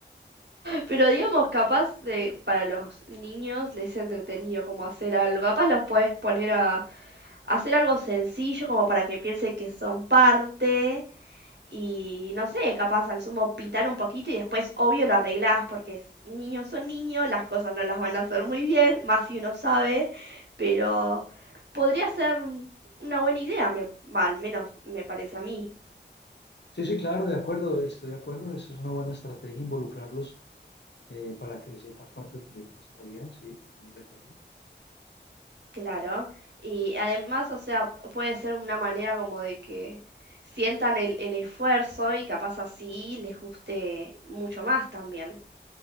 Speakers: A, on the right; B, on the left.
A: Pero digamos, capaz de, para los niños les es entretenido como hacer algo. Capaz los podés poner a, hacer algo sencillo como para que piensen que son parte y no sé, capaz al sumo pintar un poquito y después obvio lo arreglás porque es- niños son niños, las cosas no las van a hacer muy bien, más si uno sabe, pero podría ser una buena idea, me, al menos me parece a mí.
B: Sí, sí, claro, de acuerdo, estoy de acuerdo. Eso es una buena estrategia, involucrarlos eh, para que sientan parte del proyecto. Está bien, sí, estamos de acuerdo.
A: Claro, y además, o sea, puede ser una manera como de que sientan el, el esfuerzo y capaz así les guste mucho más también.